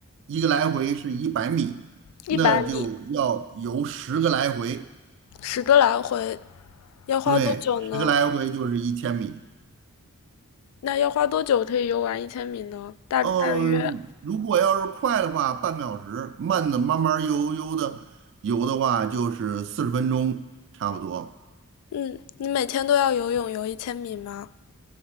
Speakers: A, on the right; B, on the left.
A: 一个来回是一百米，
B: 一百米，
A: 那就要游十个来回，
B: 十个来回，要花多久呢？
A: 对，十个来回就是一千米。
B: 那要花多久可以游完一千米呢？大大约，
A: 嗯，如果要是快的话，半个小时；慢的慢慢悠悠的游的话，就是四十分钟差不多。
B: 嗯，你每天都要游泳游一千米吗？